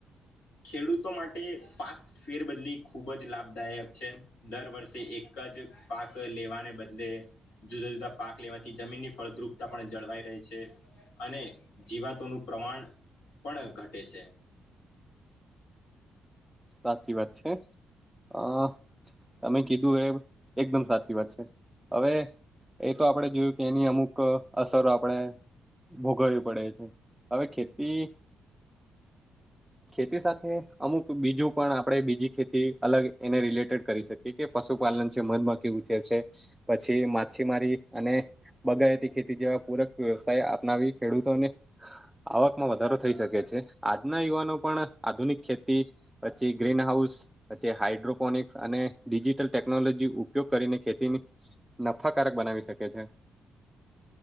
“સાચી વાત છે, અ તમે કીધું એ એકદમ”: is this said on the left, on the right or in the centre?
Centre